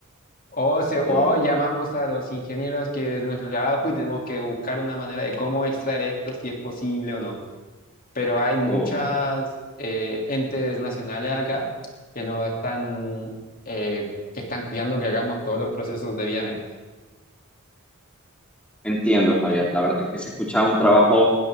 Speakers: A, on the left; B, in the centre.
A: O, se, o
B: O,
A: llamamos a los ingenieros que es nuestro trabajo y tenemos que buscar una manera de cómo extraer esto, si es posible o no. Pero hay muchas
B: o
A: eh, entes nacionales acá que nos están, eh, que están cuidando que hagamos todos los procesos debidamente.
B: Entiendo, Javier.
A: Sí.
B: La verdad es que se escucha un trabajo